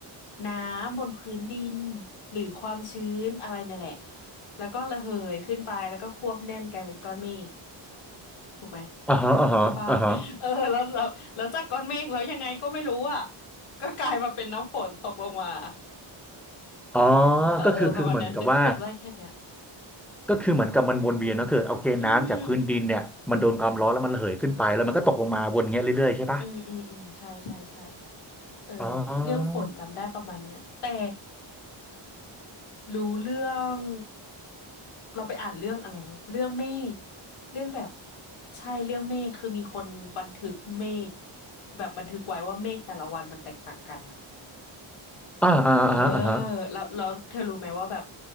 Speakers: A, on the left; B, in the centre.
A: น้ำบนพื้นดินหรือความชื้นอะไรเนี่ยแหละแล้วก็ระเหยขึ้นไปแล้วก็ควบแน่นกลายเป็นก้อนเมฆถูกไหม
B: อ่าฮะอ่าฮะอ่าฮะ
A: หรือเปล่า <laughs> เออแล้วแล้วแล้วจากก้อนเมฆแล้วยังไงก็ไม่รู้อ่ะก็กลายมาเป็นน้ำฝนตกลงมา
B: อ๋อ
A: เออประมาณนั้นนึกจำได้แค่เนี้ย
B: ก็คือคือเหมือนกับว่าก็คือเหมือนกับมันวนเวียนเนอะคือโอเคน้ำจากพื้นดินเนี่ยมันโดนความร้อนแล้วมันระเหยขึ้นไปแล้วมันก็ตกลงมาวนเงี้ยเรื่อยๆใช่ป่ะ
A: อืมอืมอืมอืมใช่ใช่ใช่ เออเรื่องฝนจำได้ประมาณเนี้ยแต่
B: อ๋อ
A: รู้เรื่องเราไปอ่านเรื่องอะไรวะเรื่องเมฆเรื่องแบบใช่เรื่องเมฆคือมีคนบันทึกเมฆแบบบันทึกไว้ว่าเมฆแต่ละวันมันแตกต่างกันอะ
B: อ่าอ่าอ่าฮะอ่าฮะ
A: เออแล้วแล้วเธอรู้ไหมว่าแบบ